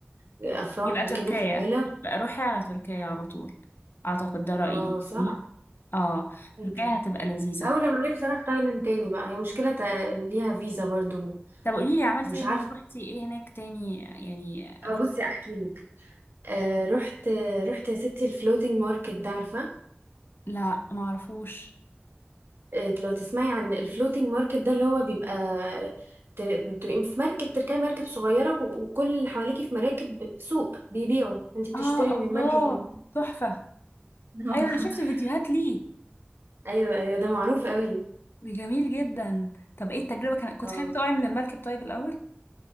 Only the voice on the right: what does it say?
الأفراح
وكده في العيلة
اه صح
ممكن
أول لما عرفت أروح تايلاند تاني بقى هي مشكلة تا- ليها فيزا برضو
مش
عارفة
اه بصي أحكي لك آه رحت رحت يا ستي الفلوتينج ماركت ده عارفة
آه، لو تسمعي عن الفلوتينج ماركت ده اللي هو بيبقى تر- بتبقي في مركب تركبي مركب صغيرة و- وكل اللي حواليكي في مراكب سوق بيبيعوا انت بتشتري
من المركب
اللي
<laughs>
ايوه ايوه ده معروف قوي
اه